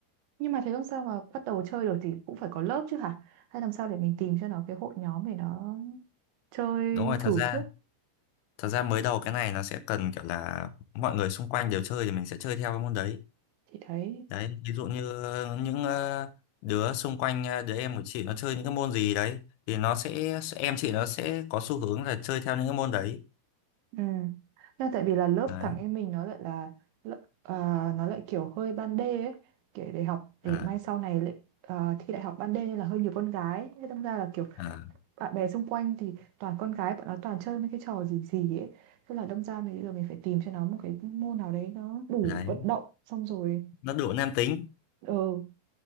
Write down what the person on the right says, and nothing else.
nhưng mà thế làm sao mà bắt đầu chơi được thì cũng phải có lớp chứ hả hay làm sao để mình tìm cho nó cái hội nhóm để nó chơi
thử
trước
thì thấy
Ừ. Nhưng tại vì là lớp
thằng em mình nó lại là lợ- à, nó lại kiểu hơi ban đê ấy, kiểu để học để
mai sau này lại à, thi đại học ban đê nên là hơi nhiều con gái, thế đâm ra là kiểu
bạn bè xung quanh thì toàn con gái, bọn nó toàn chơi mấy cái trò gì gì ấy. Thế là đâm ra mình bây giờ mình phải tìm cho nó một cái môn nào đấy nó đủ
vận động xong rồi.
Ừ,